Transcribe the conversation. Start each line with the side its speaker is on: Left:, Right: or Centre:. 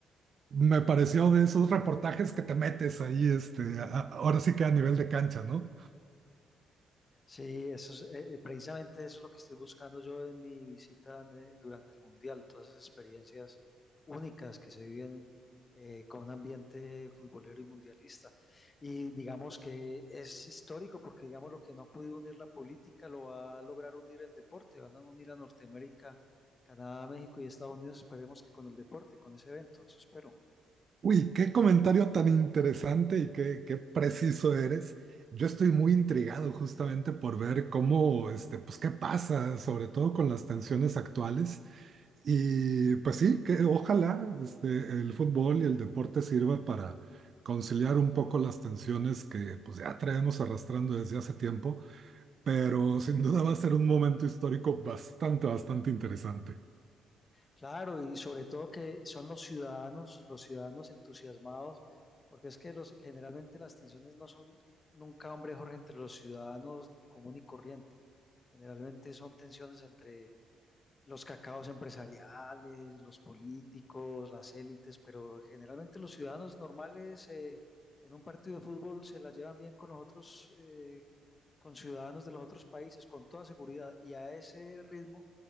Right: Me pareció de esos reportajes que te metes ahí, este, a- a- ahora sí que a nivel de cancha, ¿no?
Left: Sí, eso es, eh, eh, precisamente eso es lo que estoy buscando yo en mi visita en, eh, durante el Mundial, todas esas experiencias únicas que se viven eh, con un ambiente futbolero y mundialista. Y digamos que es histórico porque digamos lo que no ha podido unir la política lo va a lograr unir el deporte, van a unir a Norteamérica, Canadá, México y Estados Unidos, esperemos que con el deporte, con ese evento, eso espero.
Right: Uy, qué comentario tan interesante y qué, qué preciso eres. Yo estoy muy intrigado justamente por ver cómo, este, pues qué pasa, sobre todo con las
Left: <laughs>
Right: tensiones actuales. Y pues sí, que ojalá, este, el fútbol y el deporte sirva para conciliar un poco las tensiones que pues ya traemos arrastrando desde hace tiempo pero sin duda va a ser un momento histórico bastante, bastante interesante.
Left: Claro, y sobre todo que son los ciudadanos, los ciudadanos entusiasmados, porque es que los, generalmente las tensiones no son nunca, hombre, Jorge, entre los ciudadanos común y corriente. Generalmente son tensiones entre los cacaos empresariales, los políticos, las élites, pero generalmente los ciudadanos normales eh, en un partido de fútbol se la llevan bien con los otros eh, con ciudadanos de los otros países, con toda seguridad, y a ese ritmo